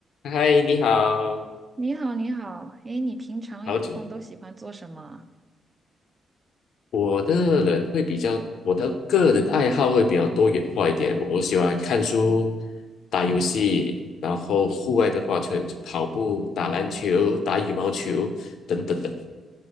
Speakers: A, on the left; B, on the right.
A: 嗨，你好，
B: 你好，你好，哎，你平常有空都喜欢做什么？
A: 好久。我的人会比较，我的个人爱好会比较多元化一点。我喜欢看书、打游戏，然后户外的话，就跑步、打篮球、打羽毛球等等的。